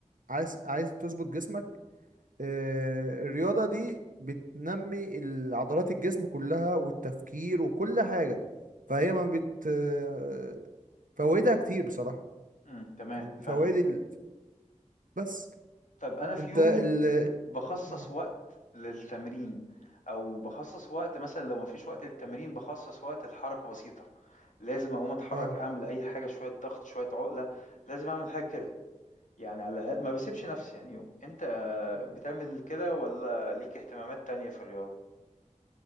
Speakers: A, on the right (about 85°); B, on the left (about 70°).
A: عايز عايز تظبط جسمك آه، الرياضة دي بتنمي ال- عضلات الجسم كلها والتفكير وكل حاجة فهي ما بت آه، فوائدها كتير بصراحة
B: مم. تمام
A: يعني
B: فاهمك
A: فوائد ال... بس
B: طب أنا في
A: انت
B: يومي
A: ال
B: بخصص
A: مم.
B: وقت للتمرين أو بخصص وقت مثلا لو مفيش وقت للتمرين بخصص وقت لحركة بسيطة لازم أقوم أتحرك
A: اه
B: أعمل أي حاجة شوية ضغط شوية عقلة لازم أعمل حاجة كده يعني على الأقل ما باسيبش نفسي يعني يوم، أنت بتعمل كده والّا ليك اهتمامات تانية في الرياضة؟